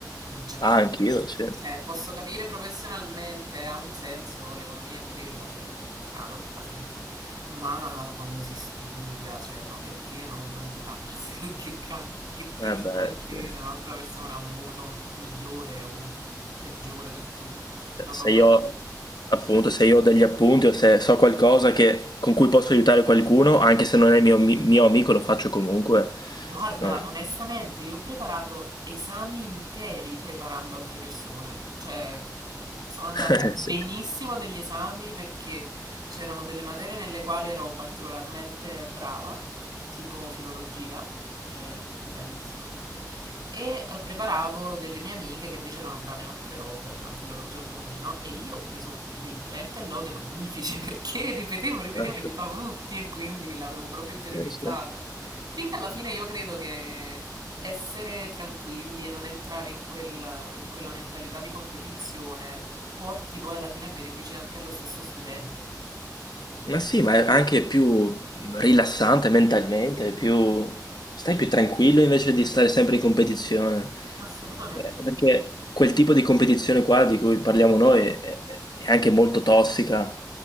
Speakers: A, on the right; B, on the left.
A: non c'è
B: Ah,
A: competizione.
B: anch'io, sì. Eh
A: Cioè, posso capire professionalmente, ha un senso, l'economia è quella, cioè, chiaro, ha senso. Ma quando si studia, cioè, ma perché non aiutarsi? <laughs> Che, ca- che ti
B: beh,
A: cambia a te
B: sì.
A: se un'altra persona ha un voto migliore o peggiore del tuo?
B: Cioè,
A: Non
B: Se
A: l'ho mai
B: io,
A: capito.
B: appunto, se io ho degli appunti o se so qualcosa che- con cui posso aiutare qualcuno, anche se non è mio, mi- mio amico, lo faccio comunque.
A: Guarda,
B: Non-
A: onestamente, io ho preparato esami interi preparando altre persone. Cioè, sono andata
B: <laughs>
A: benissimo
B: Sì.
A: degli esami perché c'erano delle materie nelle quali ero particolarmente brava, tipo filologia, che è bellissima secondo me, e eh, preparavo delle mie amiche che invece erano brave in altre robe, però in filologia un po' meno, e io ho preso dei 30 e lode magnifici <laughs> perché ripetevo, ripetevo,
B: Ecco.
A: aiutavo tutti e quindi l'avevo proprio interiorizzata.
B: Eh, sì.
A: Quindi alla fine io credo che essere tranquilli e non entrare in quella, in quella mentalità di competizione porti poi alla fine benefici anche allo stesso studente.
B: Ma sì, ma è anche più rilassante mentalmente, è più... stai più tranquillo invece di stare sempre in competizione.
A: Assolutamente,
B: Eh, Perché quel tipo di competizione qua di cui parliamo noi è, è anche molto tossica.